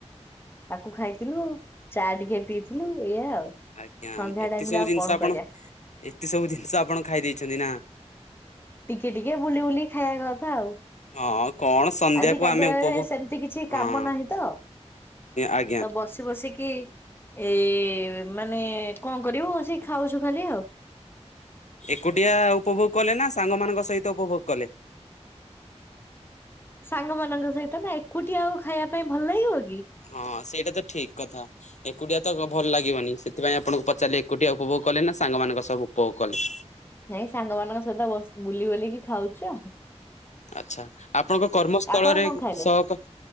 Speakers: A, on the left; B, on the left.
A: ତାକୁ ଖାଇଥିଲୁ, ଚା ଟିକେ ପିଇଥିଲୁ ଏଇଆ।
B: ଆଜ୍ଞା
A: ସନ୍ଧ୍ୟା
B: ଏତେ
A: ଟାଇମ୍
B: ସବୁ
A: ରେ ଆଉ
B: ଜିନିଷ
A: କଣ
B: ଆପଣ,
A: କରିବା।
B: ଏତେ ସବୁ ଜିନିଷ ଆପଣ ଖାଇ ଦେଇେଛନ୍ତି ନା?
A: ଟିକେ ଟିକେ ବୁଲି ବୁଲି ଖାଇବା କଥା ଆଉ।
B: ହଁ କଣ ସନ୍ଧ୍ୟାକୁ
A: ଆଜି କାର୍ଯ୍ୟାଳୟରେ
B: ଆମେ ଉପଭୋଗ
A: ସେମିତି କିଛି
B: ହଁ
A: କାମ ନାହିଁ ତ।
B: ଆଜ୍ଞା
A: ତ ବସି ବସି କି ଏ ଏ ମାନେ କଣ କରିବୁ ବସିକି ଖାଉଛୁ ଖାଲି ଆଉ।
B: ଏକୁଟିଆ ଉପଭୋଗ କଲେ ନା ସାଙ୍ଗମାନଙ୍କ ସହିତ ଉପଭୋଗ କଲେ?
A: ସାଙ୍ଗମାନଙ୍କ ସହିତ ନା ଏକୁଟିିଆ ଆଉ ଖାଇବା ପାଇଁ ଭଲ ଲାଗିବ। କି?
B: ହଁ ସେଇଟା ତ ଠିକ କଥା, ଏକୁଟିଆ ତ ଗ-ଭଲ ଲାଗ ଗିବନି, ସେଥିପାଇଁ ଆପଣଙ୍କୁ ପଚାରିଲି ଏକୁଟିଆ ଉପଭୋଗ କଲେ ନା ସାଙ୍ଗମାନଙ୍କ ସହ ଉପଭୋଗ କଲେ।
A: ନାଇଁ ସାଙ୍ଗମାନଙ୍କ ସହିତ ବସ୍ ବୁଲି ବାଲିକି ଖାଉଛୁ ଆ
B: ଆଚ୍ଛା, ଆପଣଙ୍କ କର୍ମସ୍ଥଳରେ
A: ଆପଣ କଣ ଖାଇଲେ?
B: ସହକ,